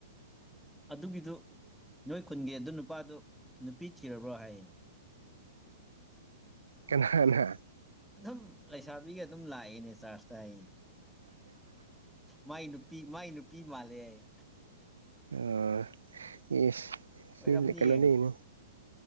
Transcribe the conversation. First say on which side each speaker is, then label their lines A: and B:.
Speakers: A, in the centre; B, on the right (about 70°).
A: ꯑꯗꯨꯒꯤꯗꯨ ꯅꯣꯏ ꯈꯨꯟꯒꯤ ꯑꯗꯨ ꯅꯨꯄꯥꯗꯨ ꯅꯨꯄꯤ ꯊꯤꯔꯕ꯭ꯔꯣ ꯍꯥꯏꯌꯦ꯫
B: ꯀꯅꯥꯅ꯫
A: ꯑꯗꯨꯝ ꯂꯩꯁꯥꯕꯤꯒ ꯑꯗꯨꯝ ꯂꯥꯛꯑꯦꯅꯦ ꯆꯥꯔꯖꯇ ꯍꯥꯏꯌ‌ꯦ꯫ ꯃꯥꯏ ꯅꯨꯄꯤ ꯃꯥꯏ ꯅꯨꯄꯤ ꯃꯥꯜꯂꯦ ꯍꯥꯏꯌ‌ꯦ꯫
B: ꯑꯃꯥ ꯏꯁ ꯁꯤ
A: ꯑꯣꯏꯔꯝꯅꯤꯌꯦ
B: ꯀꯩꯅꫭꯗꯒꯤꯅꯤ꯫